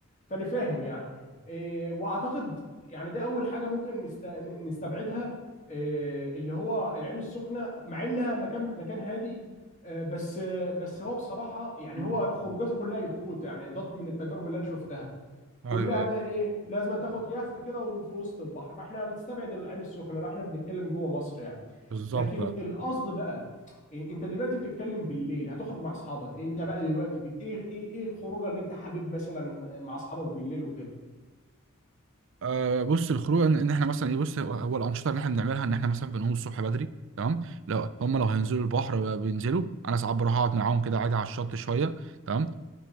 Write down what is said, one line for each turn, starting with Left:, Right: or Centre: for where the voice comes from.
Left: فانا فاهم يعني إيه، واعتقد يعني ده اول حاجه ممكن نست... نستبعدها إيه، اللي هو العين السخنه مع انها مكان مكان هادي آه، بس آه، بس هو بصراحه يعني
Right: مم.
Left: هو خروجاته كلها يخوت يعني ده من التجارب اللي انا شفتها
Right: ايوه
Left: كلها
Right: ايوه
Left: بقى ايه لازم تاخد يخت كده وفي وسط البحر فاحنا هنستبعد العين السخنه لو احنا بنتكلم جوه مصر يعني
Right: بالظبط
Left: لكن
Right: آه.
Left: القصد بقى إيه، انت دلوقتي بتتكلم بالليل هتخرج مع اصحابك انت بقى دلوقتي بي... ايه ايه ايه الخروجه اللي انت حابب مثلا مع اصحابك بالليل وكده
Right: آه، بص الخروج ان إن احنا مثلا ايه بص هو هو الانشطه اللي احنا بنعملها ان احنا مثلا بنقوم الصبح بدري تمام لو هم
Left: اوكي
Right: لو هينزلوا البحر بينزلوا انا ساعات بروح اقعد معاهم كده عادي على الشط شويه تمام